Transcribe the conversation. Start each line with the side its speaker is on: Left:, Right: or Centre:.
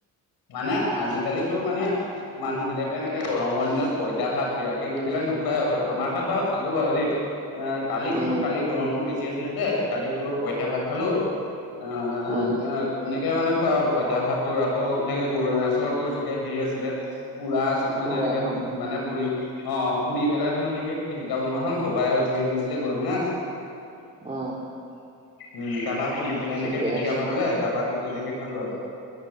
Left: মানে আজিকালি তোৰ মানে মানুহবিলাকে এনেকে গৰমৰ দিনত পইতা ভাত কিবা কিবি এইবিলাক নোখুৱাই হ'ল, আমাৰ ঘৰত বাৰু খালোঁ বাৰু দেই। এ, কালি খালোঁ,
Right: উম,
Left: কালি গৰমটো বেছি আছিলে যে কালি তোৰ পঁইতা ভাত খালোঁ অ', অ'
Right: উম,
Left: তেনেকে মানে খোৱা হ'ল পঁইতা ভাত তোৰ আকৌ এনেকে গৰৈ মাছৰটো এনেকে হেৰি আছিলে পুৰা মানে
Right: পুৰা
Left: এনেকে
Right: ন?
Left: উ, মানে ফুৰি অ' পুৰিবেলাই তোৰ মানে কি পিটিকা বনোৱা হ'ল, ববাই ধৰি আনিছিলে গৰৈ মাছ।
Right: অ'।
Left: উম, তাৰপা পুৰিকেইটা
Right: ঠিকে
Left: এনেকে পিটিকা
Right: আছে।
Left: বনালে তাৰাপা তেনেকে খালোঁ আৰু।